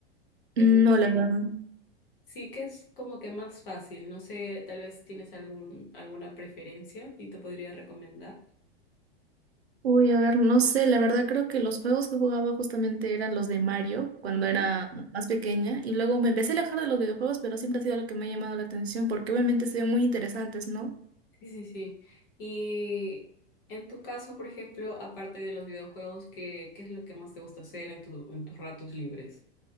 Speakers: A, on the left; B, on the right.
A: que
B: No,
A: es de peleas.
B: la verdad.
A: Sí que es como que más fácil. No sé, tal vez tienes algún, alguna preferencia y te podría recomendar.
B: Uy, a ver, no sé. La verdad creo que los juegos que jugaba justamente eran los de Mario cuando
A: Ujú,
B: era más pequeña. Y luego me empecé a alejar de los videojuegos, pero siempre ha sido lo que me ha llamado la atención porque obviamente se ven muy interesantes, ¿no?
A: Sí, sí, sí. Y en tu caso, por ejemplo, aparte de los videojuegos, ¿qué, qué es lo que más te gusta hacer en tu- en tus ratos libres?